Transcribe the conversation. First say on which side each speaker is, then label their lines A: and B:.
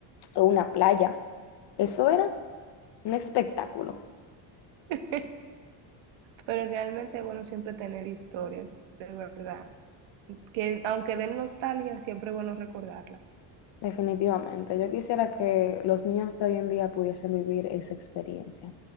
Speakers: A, on the left; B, on the right.
A: o una playa. Eso era un espectáculo.
B: <laughs> Pero realmente es bueno siempre tener historias, de verdad. Que aunque den nostalgia, siempre es bueno recordarla.
A: Definitivamente, yo quisiera que los niños de hoy en día pudiesen vivir esa experiencia.